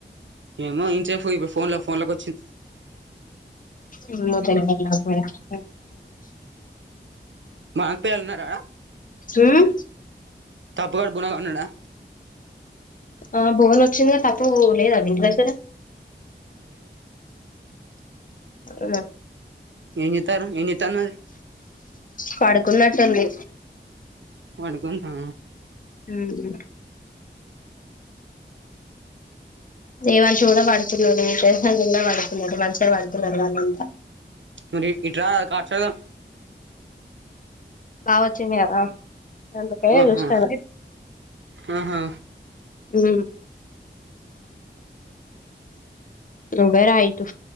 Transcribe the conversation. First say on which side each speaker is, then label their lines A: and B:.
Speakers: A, on the right (about 85°); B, on the left (about 45°).
A: ఏమో ఇంసేపు ఇప్పుడు ఫోన్ లో ఫోన్ లోక్ ఓచ్చింద్
B: ఇంద్లో <unintelligible>
A: మాకు పిల్లలు ఉన్నారా
B: హ్మ్
A: అబ్బుగాడు బోనగా ఉన్నాడా
B: ఆ భువన్ ఓచ్చింద్ తప్ప్ ఓ లేదా మీ ఇంటి దగ్గర అవునా
A: ఏమ్ జేతర్ ఏమ్ జేత్తన్నారీ
B: పడుకున్నట్టుంది
A: పడకుందా
B: మ్మ్ జవాన్ష్ కూడా పడ్కున్నాడు సోహం కింద పడ్కున్నాడు మంచిగా పడుకున్నారు వాళ్లంతా
A: నువ్ ఇట్ రా కార్డ్స్ ఆడదాం
B: బా వచ్చింది కదా అందుకే
A: ఆహా
B: చూస్తన
A: ఆహా
B: ఊమ్ నువ్వే రా ఇటు